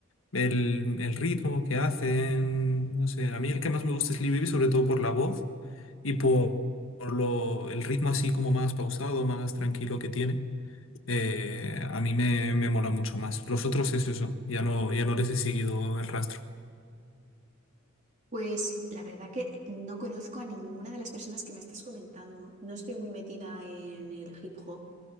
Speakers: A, on the left (about 85°); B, on the right (about 35°).
A: El, el ritmo que hacen, no sé, a mí el que más me gusta es Lee Baby, sobre todo por la voz y por, por lo, el ritmo así como más pausado, más tranquilo que tiene. Eh, a mí me, me mola mucho más. Los otros es eso, ya no, ya no les he seguido el rastro.
B: Pues la verdad que no conozco a ninguna de las personas que me estás comentando. No estoy muy metida en el hip hop.